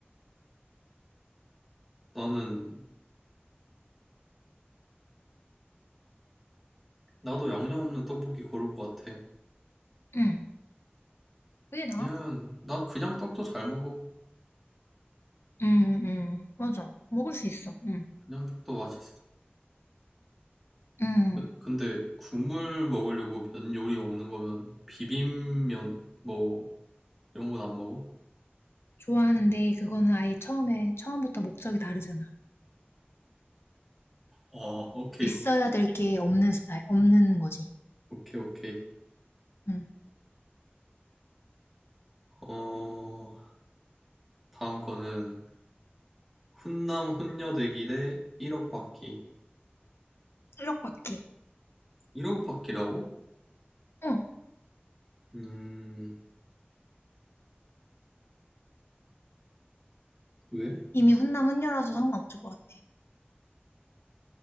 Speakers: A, in the centre; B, on the left (about 80°).
A: 나는, 나도 양념 없는 떡볶이 고를 것 같아.
B: 응, 그게 나아.
A: 왜냐면, 나 그냥 떡도 잘 먹어.
B: 음, 음. 맞아. 먹을 수 있어. 음.
A: 그냥 떡도 맛있어.
B: 음.
A: 그- 근데 국물 먹으려고 면 요리 먹는 거면 비빔면 뭐 이런 건 안 먹어?
B: 좋아하는데 그거는 아예 처음에 처음부터 목적이 다르잖아.
A: 아, 오케이.
B: 있어야 될 게 없는 스타일, 없는 거지.
A: 오케이, 오케이.
B: 음.
A: 어, 다음 거는 훈남 훈녀대기 대 1억 받기.
B: 실력받기.
A: 1억 받기라고?
B: 어,
A: 음, 왜?
B: 이미 훈남 훈녀라서 상관없을 것 같아.